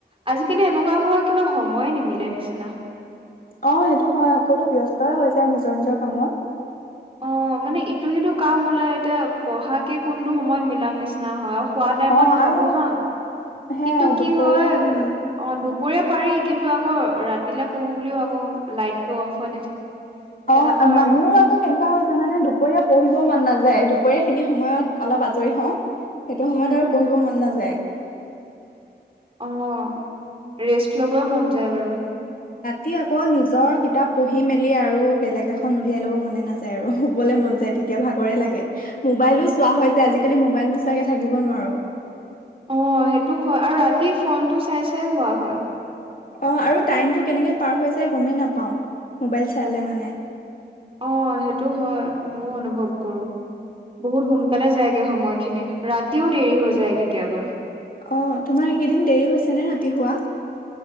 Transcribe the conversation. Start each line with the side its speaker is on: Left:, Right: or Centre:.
Right: আজিকালি এনেকুৱা হোৱা কিবা সময় নিমিলে নিচিনা
Left: অ সেইটো হয় সকলো ব্যস্ত হৈ যায় নিজৰ নিজৰ কামত
Right: অ মানে ইটো সিটো কাম ওলাই এতিয়া পঢ়াাকে কোনটো সময়ত মিলাম নিচিনা হয় খোৱা টাইমত
Left: অ
Right: ভাবো
Left: আৰু
Right: হা
Left: সেয়াই
Right: কিন্তু কি
Left: দুপৰীয়া
Right: হয়
Left: উম
Right: অ দু পৰি পাৰি কিন্তু আকৌ ৰাতিলে পঢ়ো বুলিও আকৌ লাইটটো অফ হৈ থাকে তেনেকুৱা
Left: অ
Right: আৰু
Left: মোৰ আকৌ কেনেকুৱা হয় জানানে দুপৰীয়া পঢ়িব মন নাযায় দুপৰীয়া খিনি সময়ত অলপ আজৰি হওঁ সেইটো সময়ত
Right: উম।
Left: আৰু পঢ়িব মন নাযায়
Right: আহ ৰেষ্ট ল'বই মন যায় বাৰু
Left: টি আকৌ নিজৰ কিতাপ পঢ়ি মেলি আৰু বেলেগ এখন উলিয়াই লব মনে নাযায় আৰু শুবলৈ মন যায় তেতিয়া ভাগৰে লাগে মোবাইলো চোৱা হৈ যায় আজিকালি মোবাইল নোচোৱাকে থাকিব নোৱাৰো
Right: অ সেইটো হয় আৰু ৰাতি ফোনটো চাই চাই শুৱা হয়
Left: ‍ আৰু টাইম টো কেনেকে পাৰ হৈ যায় গমে নাপাওঁ মোবাইল চালে মানে
Right: অ সেইটো হয় ময়ও অনুভৱ কৰো বহুত সোনকালে যায়গে সময়খিনি ৰাতিও দেৰি হৈ যায় কেতিয়াবা
Left: অ তোমাৰ এইকেইদিন দেৰি হৈছে নে ৰাতি শুৱা